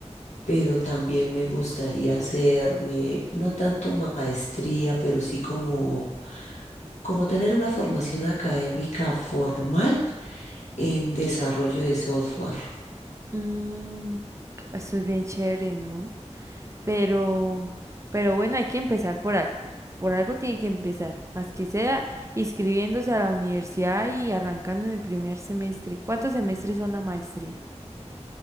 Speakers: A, on the left; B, on the right.
A: pero también me gustaría hacerme, no tanto maestría, pero sí como como tener una formación académica formal en desarrollo de software.
B: Mm, eso es bien chévere, ¿no? Pero, pero bueno, hay que empezar por algo. Por algo tiene que empezar, más que sea inscribiéndose a la universidad y arrancando en el primer semestre. ¿Cuántos semestres son la maestría?